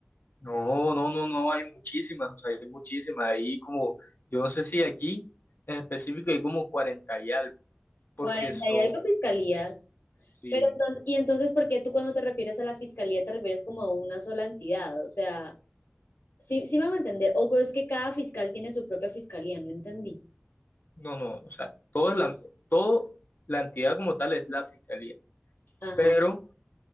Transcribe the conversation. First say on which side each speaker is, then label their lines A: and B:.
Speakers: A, on the left; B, on the left.
A: No, no, no, no, hay muchísimas, o sea, hay muchísimas. Hay como, yo no sé si aquí en específico hay como 40 y algo, porque
B: cuarenta
A: son,
B: y algo fiscalías.
A: sí,
B: Pero entonces, y entonces, ¿por qué tú cuando te refieres a la fiscalía te refieres como a una sola entidad? O sea, sí, sí me va a entender. O es que cada fiscal tiene su propia fiscalía, no entendí.
A: no, no, o sea, todo es la, todo, la entidad como tal es la fiscalía,
B: Ajá.
A: pero